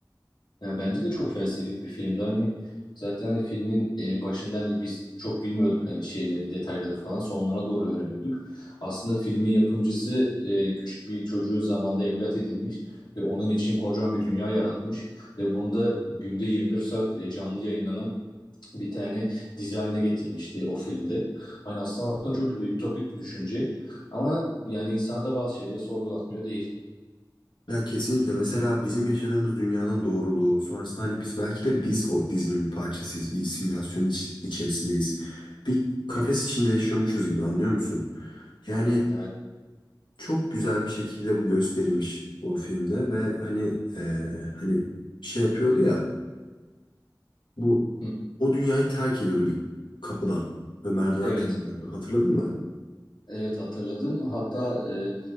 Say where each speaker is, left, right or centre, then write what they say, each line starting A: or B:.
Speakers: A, on the left (about 65°); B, on the left (about 85°).
A: Ya bence de çok felsefik bir filmdi. Hani zaten hani filmin e, başında hani biz çok bilmiyorduk hani şeyleri, detayları falan. Sonlarına doğru öğreniyorduk. Aslında filmin yapımcısı e, küçük bir çocuğu zamanda evlat edinmiş ve onun için kocaman bir dünya yaratmış ve bunu da günde 24 saat e, canlı yayınlanan bir tane dizi haline getirmişti o filmde. Hani aslında baktığında çok e, ütopik bir düşünce ama yani insana da bazı şeyleri sorgulatmıyor değil.
B: Ya kesinlikle mesela bizim yaşadığımız dünyanın doğruluğu sonrasında hani biz belki de biz o dizinin bir parçasıyız. Bir simülasyon iç- içerisindeyiz. Bir kafes içinde yaşıyormuşuz gibi anlıyor musun? Yani
A: Yani
B: çok güzel bir şekilde bu gösterilmiş o filmde ve hani eee, hani şey yapıyordu ya bu
A: hı,
B: o dünyayı terk ediyordu bir kapıdan ve merdiven
A: evet,
B: tırmanıyordu. Hatırladın mı?
A: evet hatırladım. Hatta e,